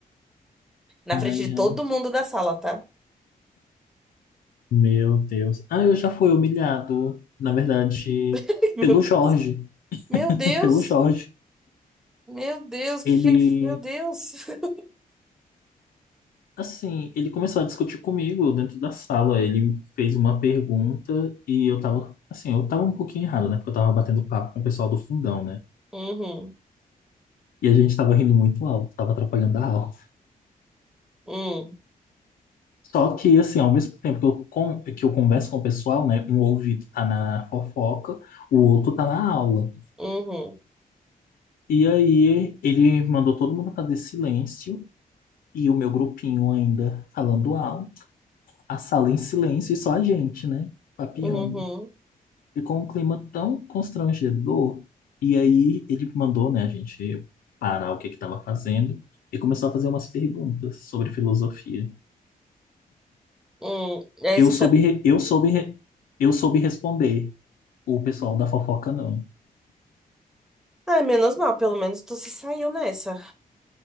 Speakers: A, in the centre; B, on the left (about 75°).
A: Na
B: Ai,
A: frente de
B: ai,
A: todo mundo da sala, tá?
B: meu Deus. Ah, eu já fui humilhado, na verdade,
A: <laughs> Meu
B: pelo
A: Deus.
B: Jorge.
A: Meu
B: <laughs>
A: Deus.
B: Pelo Jorge.
A: Meu Deus, o
B: Ele
A: que que ele. Meu Deus. <laughs>
B: Assim, ele começou a discutir comigo dentro da sala. Ele fez uma pergunta e eu tava, assim, eu tava um pouquinho errado, né? Porque eu tava batendo papo com o pessoal do fundão, né?
A: Uhum,
B: E a gente tava rindo muito alto, tava atrapalhando a aula.
A: uhum,
B: Só que, assim, ao mesmo tempo que eu, con- que eu converso com o pessoal, né? Um ouvido tá na fofoca, o outro tá na aula.
A: uhum,
B: E aí ele mandou todo mundo fazer silêncio e o meu grupinho ainda falando alto, a sala em silêncio e só a gente, né? Papeando.
A: uhum,
B: ficou um clima tão constrangedor. E aí ele mandou, né, a gente parar o que que estava fazendo e começou a fazer umas perguntas sobre filosofia.
A: uhum. Aí
B: Eu
A: você
B: soube,
A: sabe.
B: re- eu soube, re- eu soube responder. O pessoal da fofoca não.
A: Ai, menos mal, pelo menos tu se saiu nessa.